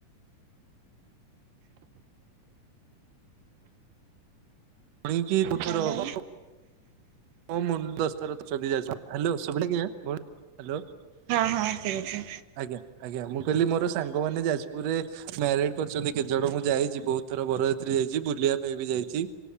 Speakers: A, on the right; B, on the right.
A: ଶୁଣିଚି ବହୁ
B: ହ୍ୟାଲୋ।
A: ଥର ହବ। ହଁ ମୁଲ୍ ଦଶଥର ତ ଚଦି ଯାଇ ସ୍ବା ହାଲୋ ଶୁଭିଲା କି ଆଁ? ବୋଲ୍ ହାଲୋ।
B: ହଁ ହଁ ଠିକ୍ ଅଛି।
A: ଆଜ୍ଞା ଆଜ୍ଞା ମୁଁ କହିଲି ମୋର ସାଙ୍ଗମାନେ ଯାଜପୁରରେ ମ୍ୟାରେଡ୍ କରିଚନ୍ତି କେତେଜଣ ମୁଁ ଯାଇଚି ବହୁତ୍ ଥର ବରଯାତ୍ରୀ ଯାଇଚି, ବୁଲିବା ପାଇଁ ବି ଯାଇଚି।